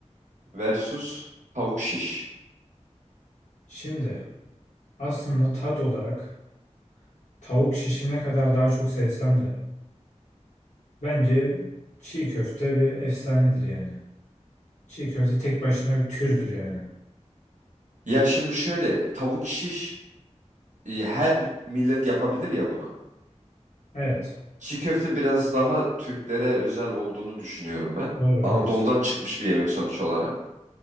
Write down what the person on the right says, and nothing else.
versus tavuk şiş.
Ya şimdi şöyle tavuk şiş e, her millet yapabilir ya bunu.
Çiğ köfte biraz daha Türklere özel olduğunu düşünüyorum ben.
Anadolu'dan
çıkmış bir yemek sonuç olarak.